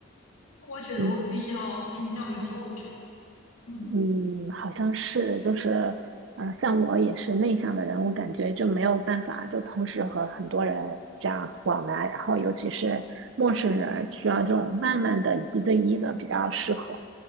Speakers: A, on the left; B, on the right.
A: 我觉得我比较倾向于后者。
B: 嗯
A: 嗯。
B: 嗯，好像是，就是，嗯、像我也是内向的人，我感觉就没有办法就同时和很多人这样往来，然后尤其是陌生人，需要这种慢慢的一对一的比较适合。